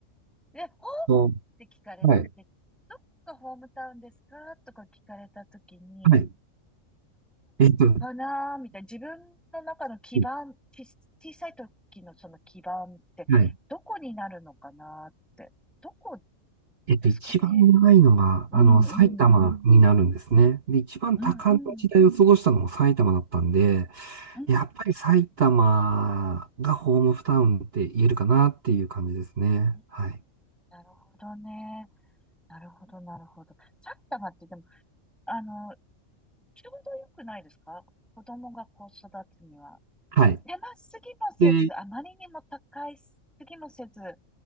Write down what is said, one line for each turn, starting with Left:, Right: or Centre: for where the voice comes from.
Centre: で、ホー
Right: そ
Centre: ムって聞かれて、
Right: う。はい。
Centre: どこがホームタウンですかとか聞かれたときに、
Right: はい。えっと、
Centre: かなーみたいな。自分の中の基盤、
Right: うん
Centre: ち、小さい時のその基盤って、
Right: はい。
Centre: どこになるのかなーって。どこ
Right: えっと、
Centre: ですかね。
Right: 一番長いのが、
Centre: うんう
Right: あの、埼玉になるんですね。
Centre: ん。
Right: で、一番多感な時代を過ごしたのも埼玉だったんで、
Centre: うんうん。うん
Right: やっぱり埼玉がホームタウンって言えるかなっていう感じですね。
Centre: うん
Right: はい。
Centre: なるほどね。なるほど、なるほど。埼玉ってでも、あの、ちょうどよくないですか子供がこう育つには。
Right: はい。
Centre: 狭すぎもせず、
Right: で、
Centre: あまりにも高いすぎもせず、